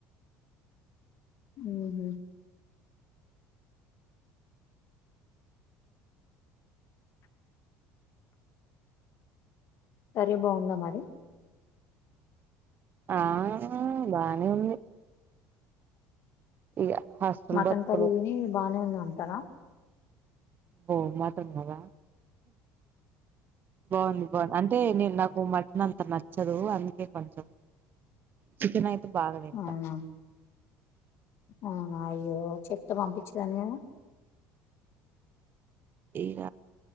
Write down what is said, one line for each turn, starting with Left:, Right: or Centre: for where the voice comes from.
Left: ఉహు సరే బాగుందా మరి
Right: ఆ బానే ఉంది ఇగ హాస్టల్
Left: మటన్
Right: బతుకులు
Left: కర్రీ ని బాగానే ఉంది అంటారా
Right: ఓ మటన్ కదా బాగుంది బా అన్ అంటే నేను నాకు మటన్ అంత నచ్చదు అందుకే కొంచెం చికెన్ అయి బాగా తింటా
Left: అవునా అవునా అయ్యో చెప్తే పంపించేదని
Right: ఇక